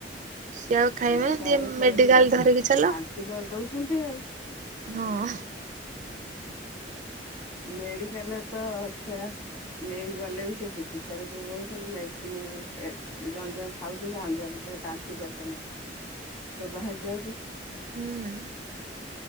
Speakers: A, on the right; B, on the left.
A: ସିଏ ଆଉ
B: ଛୁଆ
A: ଖାଇବେନ
B: ତ
A: ଟେ
B: ଆଉ ସେରା
A: ମେଡିକାଲ
B: ଦେଖ
A: ଧରିକି ଚାଲ
B: ବାନ୍ତି କରିଦଉଛନ୍ତି ଆଉ
A: ହଁ <inaudible>
B: ମେଡିକାଲ ତ ଛୁଆ ନେଇକି ଗଲେ ବି ସେ ଚିକିତ୍ସାାରେ ରହୁଛନ୍ତି ମେଡିସିନ ଜଞ୍ଜଣ ଖାଉଛନ୍ତି ଅଞ୍ଜଣ ବାନ୍ତି କରିଦେଲେ ସବୁ ବାହାରି ଯାଉଛି
A: ହୁଁ